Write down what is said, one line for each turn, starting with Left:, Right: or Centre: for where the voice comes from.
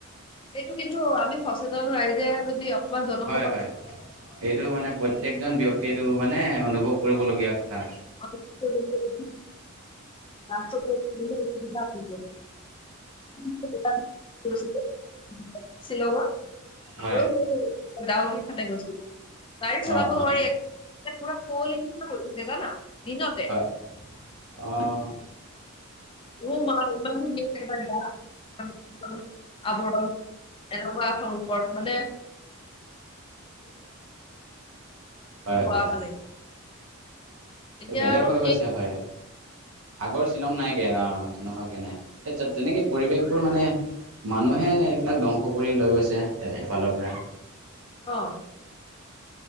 Left: এইটো কিন্তু আমি সচেতন ৰাইজে যদি অকমান জনসমগ
Right: হয় হয় এইটো মানে প্ৰত্যেকজন ব্যক্তিয়টো মানে অনুভৱ কৰিবলগীয়া কথা।
Left: <unintelligible> <unintelligible> শ্বিলংত।
Right: হয়
Left: <unintelligible> দাওকি ফালে গৈছিল বাইক চলাব
Right: অঁ
Left: নোৱাৰি
Right: অঁ
Left: <unintelligible> <unintelligible> জানা দিনত।
Right: হয়, অ'।
Left: <unintelligible> এনেকুৱা এখন ওপৰত মানে
Right: হয় হয়
Left: <unintelligible> এতিয়া
Right: বেলেগ
Left: আৰু
Right: হৈ
Left: সেই
Right: গৈছে হয়, আগৰ শ্বিলং নাইগে অ'। তেনেকুৱাকে নাই তত তেনেকে পৰিৱেশবোৰ মানে মানুহে এইবিলাক ধ্বংস কৰি লৈ গৈছে এফালৰ পৰা।
Left: অ'।